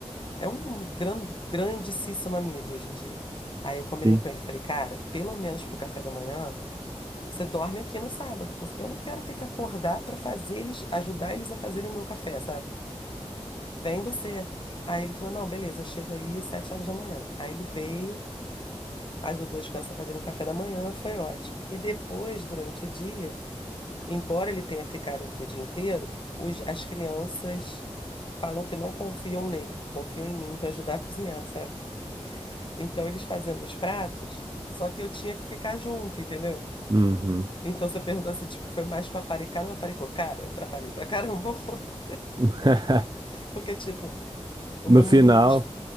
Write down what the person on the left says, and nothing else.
É um gran, grandíssimo amigo hoje em dia. Aí eu combinei
com ele, falei, cara, pelo menos pro café da manhã, você dorme aqui no sábado, porque eu não quero ter que acordar pra fazer eles, ajudar eles a fazerem o meu café, sabe? Vem você. Aí ele falou, não, beleza, eu chego aí às sete horas da manhã. Aí ele veio, ajudou as crianças a fazerem o café da manhã, foi ótimo. E depois, durante o dia Embora ele tenha ficado aqui o dia inteiro, os- as crianças falam que não confiam nele, confiam em mim para ajudar a cozinhar, sabe? Então eles fazendo os pratos, só que eu tinha que ficar junto, entendeu?
Então você perguntou assim, tipo, foi mais paparicado ou paparicou? Cara, eu trabalhei pra caramba, <laughs> ontem,
porque, tipo, o
meu
menino quis.